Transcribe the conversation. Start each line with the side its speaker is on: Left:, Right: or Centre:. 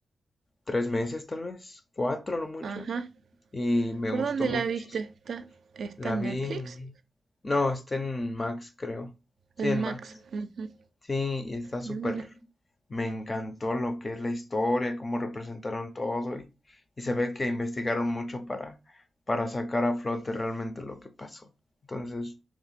Left: tres meses, tal vez, cuatro, no mucho.
Right: Ajá.
Left: Y me
Right: ¿Por
Left: gustó
Right: dónde
Left: muchísimo.
Right: la viste? ¿Está, está
Left: La
Right: en
Left: vi
Right: Netflix?
Left: en... No, está en Max, creo. Sí,
Right: En
Left: en
Right: Max.
Left: Max.
Right: Ujú.
Left: Sí, y está súper.
Right: De una.
Left: Me encantó lo que es la historia, cómo representaron todo y, y se ve que investigaron mucho para, para sacar a flote realmente lo que pasó. Entonces,